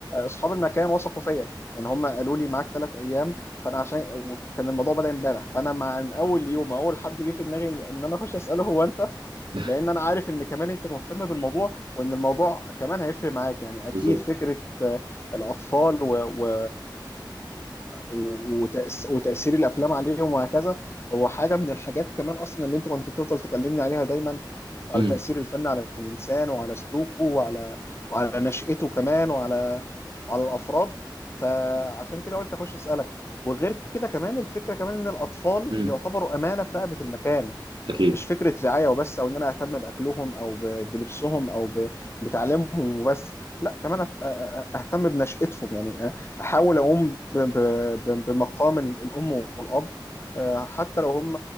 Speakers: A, on the left (about 30°); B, on the right (about 90°).
A: أصحاب المكان وثقوا فيا يعني هم قالوا لي معاك ثلاث أيام فأنا عشان وكان الموضوع بدأ امبارح فأنا مع من أول يوم أول حد جه في دماغي إن أنا أخش أسأله هو أنت
B: <laughs>
A: لان انا عارف ان كمان انت مهتم بالموضوع وان الموضوع كمان هيفرق معاك يعني اكيد
B: بالظبط
A: فكره آه، الاطفال و... و... وتأس... وتاثير الافلام عليهم وهكذا هو حاجه من الحاجات كمان اصلا اللي انت كنت بتفضل تكلمني عليها دايما وعلى
B: امم
A: تاثير الفن على الانسان وعلى سلوكه وعلى وعلى نشأته كمان وعلى وعلى الافراد فعشان كده قلت اخش اسالك وغير كده كمان الفكره كمان ان الاطفال
B: امم
A: يعتبروا امانه في رقبه المكان
B: اكيد
A: مش فكرة رعاية وبس أو إن أنا أهتم بأكلهم أو ب- بلبسهم أو ب- بتعليمهم وبس لا كمان أت- أ- أ- أهتم بنشأتهم يعني أ- أحاول أقوم ب- ب- ب- بمقام ال- الأم والأب آه، حتى لو هم